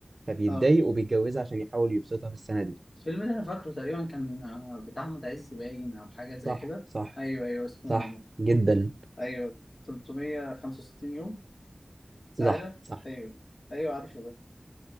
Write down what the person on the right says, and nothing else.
فبيتضايق
وبيتجوزها عشان يحاول يبسطها في السنة دي
صح
صح
صح جدا
صح صح